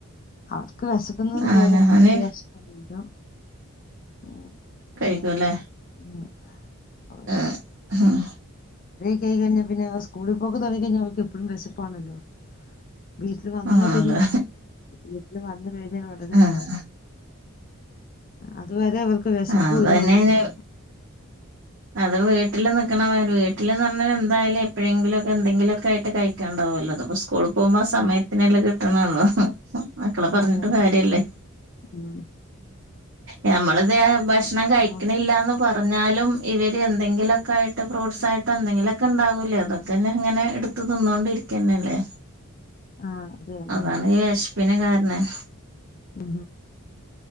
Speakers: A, on the left; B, on the right.
A: അവർക്ക് വിസക്കുന്ന്ന്
B: ആഹ്
A: തോന്ന്പ
B: ഞാന്
A: ന്ത ഉ
B: കഴിക്കൂല്ലേ
A: അങ്ങനെ ഉ അത്
B: ആഹ് ഉം
A: കൈ കഴിഞ്ഞൽ പിന്നെ സ്കൂളിൽ പോക്കെ തുടങ്ങ കഴിഞ്ഞാൽ അവർക്ക് എപ്പോഴും വിശപ്പാണല്ലോ വീട്ടില് വന്നാ
B: ആഹ്
A: പി
B: അതെ
A: വീട്ടിൽ വന്ന എഴുതി ഉടനെ
B: ആഹ്
A: വ അതുവരെ അവർക്ക് വിശപ്പല
B: ആഹ് അതന്നെയാണ്
A: ഒന്നില്ല
B: അത് വീട്ടില് നക്കണ വര് വീട്ട വീട്ടിന്ന് പറഞ്ഞാൽ എന്തായാലും എപ്പഴെങ്കിലുംക്കെ എന്തെിലൊക്കെ ആട്ട് കഴിക്കാണ്ടാവുമല്ലോ സ്കൂളിൽ പോകുമ്പോ സമയത്തിനല്ലാം
A: അതെ
B: കിട്ടണള്ളോ മക്കളെ പറഞ്ഞിട്ടും
A: അതെ
B: കാര്യല്ലേ
A: ഉം.
B: ഞമ്മള ഇത് ഭക്ഷണം ഭക്ഷണം കഴിക്കണില്ലന്ന്
A: മോള്
B: പറഞ്ഞാലും ഇവര് എന്തെങ്കിലുമൊക്കെയിട്ട് ഫ്രൂട്ട്സ് ആയിട്ടോ എന്തെിലൊക്കെ ഉണ്ടാവില്ലല്ലോ അതൊക്കെന്നെ ഇങ്ങനെടുത്ത് തിന്നോണ്ടരിക്കില്ല ല്ലേ
A: ആ അതെ അതെ
B: അതാണ് ഈ വിശപ്പിന് കാരണം
A: ഉ